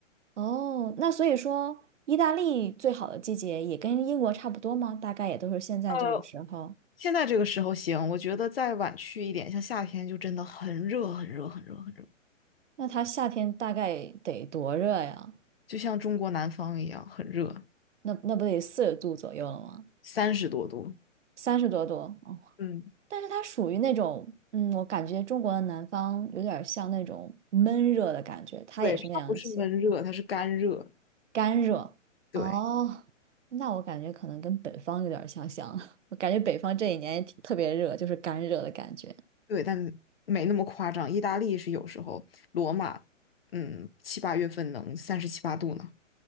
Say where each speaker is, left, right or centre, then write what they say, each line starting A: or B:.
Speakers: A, on the right; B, on the left.
A: 哦，那所以说，意大利最好的季节也跟英国差不多吗？大概也都是现在这个时候。
B: 呃，现在这个时候行，我觉得再晚去一点，像夏天就真的很热，很热，很热，很热，
A: 那它夏天大概得多热呀？
B: 就像中国南方一样，很热，
A: 那那不得四十度左右了吗？
B: 三十多度。
A: 三十多度哦。
B: 嗯，
A: 但是它属于那种，嗯，我感觉中国的南方有点像那种闷热的感觉，它也是那样气候
B: 对，它不是闷热，它是干热。
A: 干热。
B: 对，
A: 哦，那我感觉可能跟北方有点相像，<laughs> 我感觉北方这一年也挺特别热，就是干热的感觉。
B: 对，但没那么夸张。意大利是有时候，罗马，嗯，七八月份能三十七八度呢。